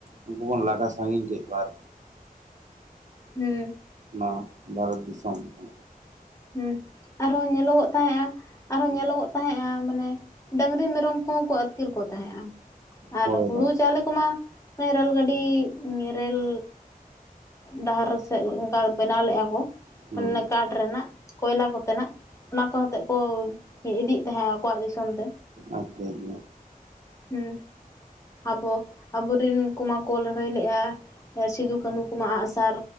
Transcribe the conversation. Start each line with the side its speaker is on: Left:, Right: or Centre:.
Right: ᱩᱱᱠᱩ ᱵᱚᱱ ᱞᱟᱜᱟ ᱥᱟᱺᱜᱤᱧ ᱠᱮᱫ ᱠᱚᱣᱟ ᱟᱨ
Left: ᱦᱩᱸ
Right: ᱱᱚᱣᱟ ᱵᱷᱟᱨᱚᱛ ᱫᱤᱥᱚᱢ ᱨᱮ
Left: ᱦᱮᱸ ᱟᱨᱦᱚᱸ ᱧᱮᱞᱚᱜᱚᱜ ᱛᱟᱦᱮᱸᱫᱼᱟ ᱟᱨᱦᱚᱸ ᱧᱮᱞᱚᱜᱚᱜ ᱛᱟᱦᱮᱸᱫᱼᱟ ᱢᱟᱱᱮ ᱰᱟᱹᱟᱝᱨᱤ ᱢᱮᱨᱚᱢ ᱠᱚᱦᱚᱸ ᱠᱚ ᱟᱹᱛᱠᱤᱨ ᱠᱚ ᱛᱟᱦᱮᱸᱫᱼᱟ ᱟᱨ
Right: ᱦᱳᱭ
Left: ᱦᱩᱲᱩ
Right: ᱦᱳᱭ
Left: ᱪᱟᱣᱞᱮ ᱠᱚᱢᱟᱼᱼ <unintelligible> ᱨᱮᱹᱞ ᱜᱟᱹᱰᱤ ᱨᱮᱹᱞ ᱰᱟᱦᱟᱨ ᱥᱮᱫ ᱚᱱᱠᱟ ᱵᱮᱱᱟᱣ ᱞᱮᱜ-ᱟ ᱠᱚ᱾
Right: ᱦᱩᱸ
Left: ᱚᱱᱮ ᱠᱟᱴᱷ ᱨᱮᱱᱟᱜ ᱠᱚᱭᱞᱟ ᱠᱚᱛᱮᱱᱟᱜ ᱚᱱᱟ ᱠᱚ ᱟᱛᱮᱫ ᱠᱚ ᱤᱫᱤᱭᱮᱜ ᱛᱟᱦᱮᱸᱜ-ᱟ ᱟᱠᱚᱣᱟᱜ ᱫᱤᱥᱚᱢ ᱛᱮ᱾
Right: ᱟᱪᱪᱷᱟ <unintelligible>
Left: ᱦᱩᱸ, ᱟᱵᱚ ᱟᱵᱚᱨᱮᱱ ᱠᱚᱢᱟ ᱠᱚ ᱞᱟᱹᱲᱦᱟᱹᱭ ᱞᱮᱜ-ᱟ ᱥᱤᱫᱩ ᱠᱟᱹᱱᱩ ᱠᱚᱢᱟ ᱟᱸᱜ ᱥᱟᱨ,